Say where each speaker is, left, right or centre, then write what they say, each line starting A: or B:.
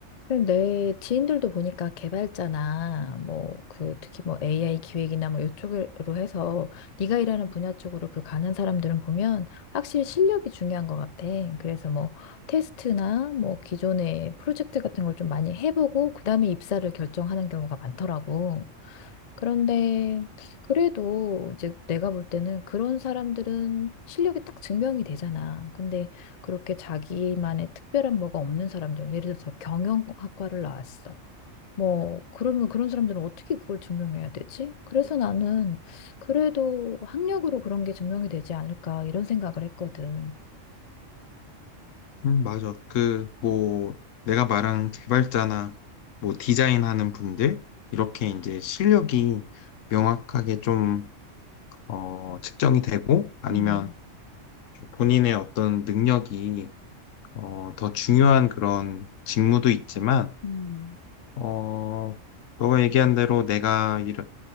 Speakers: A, on the left; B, on the left.
A: 근데 내 지인들도 보니까 개발자나 뭐 그 특히 뭐 AI 기획이나 뭐 이쪽으로 해서 네가 일하는 분야 쪽으로 그 가는 사람들은 보면 확실히 실력이 중요한 것 같아. 그래서 뭐 테스트나 뭐 기존의 프로젝트 같은 걸 좀 많이 해보고 그다음에 입사를 결정하는 경우가 많더라고. 그런데 그래도 이제 내가 볼 때는 그런 사람들은 실력이 딱 증명이 되잖아. 근데 그렇게 자기만의 특별한 뭐가 없는 사람들, 예를 들어서 경영학과를 나왔어. 뭐, 그러면 그런 사람들은 어떻게 그걸 증명해야 되지? 그래서 나는 그래도 학력으로 그런 게 증명이 되지 않을까 이런 생각을 했거든.
B: 음, 맞아. 그, 뭐, 내가 말한 개발자나 뭐 디자인하는 분들, 이렇게 이제 실력이 명확하게 좀, 어, 측정이 되고, 아니면
A: 음,
B: 본인의 어떤 능력이, 어, 더 중요한 그런 직무도 있지만,
A: 음,
B: 어, 너가 얘기한 대로 내가 일,